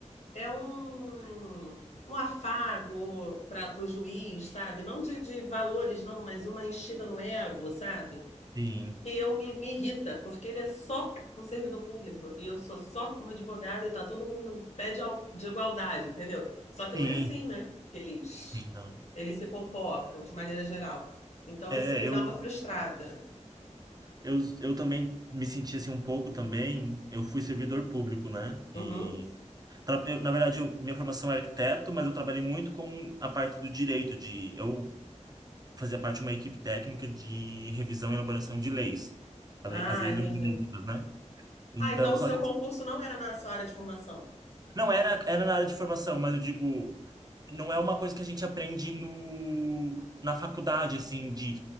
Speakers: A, on the left; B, on the right.
A: é um, um afago para o juiz, sabe? Não de, de valores, não, mas uma enchida no ego, sabe?
B: sim,
A: que eu me, me irrita, porque ele é só um servidor público e eu sou só uma advogada e tá todo mundo no pé de, al- de igualdade, entendeu? Só que
B: sim,
A: não é assim, né? Que eles,
B: sim, não.
A: eles se comportam de maneira geral. Então
B: É,
A: isso me dá
B: eu,
A: uma frustrada.
B: eu, eu também me senti assim um pouco também. Eu fui servidor público, né?
A: Uhum.
B: E tra- eu, na verdade, eu- minha formação é arquiteto, mas eu trabalhei muito com a parte do direito de eu fazia parte de uma equipe técnica de revisão e elaboração de leis, a
A: Ah,
B: lei- as leis
A: entendi.
B: urbanísticas, né? Então,
A: Ah, então o
B: só
A: seu
B: que
A: concurso não era na sua área de formação,
B: não era era na área de formação, mas eu digo não é uma coisa que a gente aprende no, na faculdade, assim, de